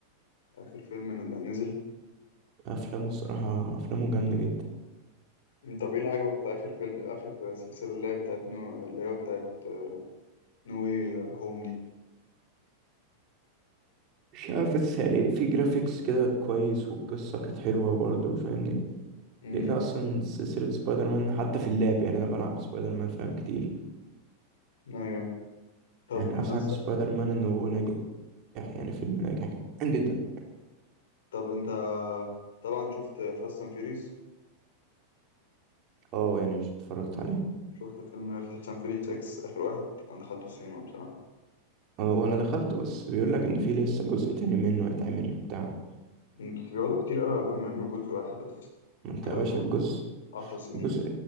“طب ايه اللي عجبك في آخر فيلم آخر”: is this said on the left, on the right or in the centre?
Left